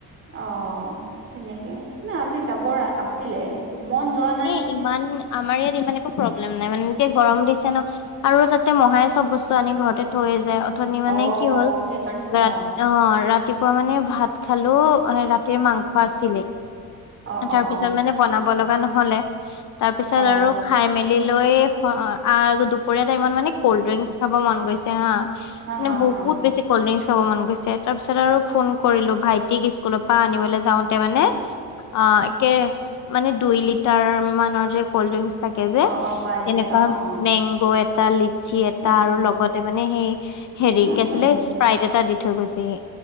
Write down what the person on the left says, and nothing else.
এ ইমান আমাৰ ইয়াত ইমান একো প্ৰব্লেম নাই মানে তেয়া গৰম দিছে ন আৰু তাতে মহাই চব বস্তু আনি ঘৰতে থৈয়ে যায় অথনি মানে
কি হ'ল
<unintelligible>
ৰাতিপুৱা মানে ভাত খালো ৰাতিৰ মাংস আছিলে
তাৰপিছত
মানে বনাব লগা নহলে তাৰ পিছত
আৰু খাই মেলি <unintelligible> লৈ এ দুপৰীয়াৰ টাইমত মানে কল্ড ড্ৰিংকচ খাব মন গৈছে হা
মানে
বহুত
বেছি কল ড্ৰিংচ খাব মন গৈছে তাৰ পিছত আৰু ফোন কৰিলো ভাইটিক স্কুলৰ পৰা আনিবলৈ যাওঁতে মানে অ একে মানে দুই লিটাৰ মানৰ যে কল্ড ড্ৰিংক তাকে যে
তেনেকুৱা
মেংগ' এটা লিচি এটা
আৰু
লগতে মানে সেই হেৰি
কে
আছিলে স্প্ৰাইট এটা দি থৈ গৈছেহি